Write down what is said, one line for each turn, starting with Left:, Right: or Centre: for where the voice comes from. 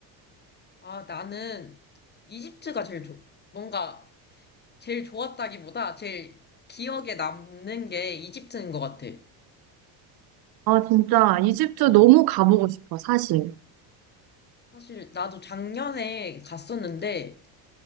Left: 아, 나는 이집트가 제일 좋, 뭔가 제일 좋았다기보다 제일 기억에 남는 게 이집트인 것 같아.
Right: 아, 진짜 이집트
Left: 어.
Right: 너무 가보고 싶어, 사실.
Left: 사실 나도 작년에 갔었는데,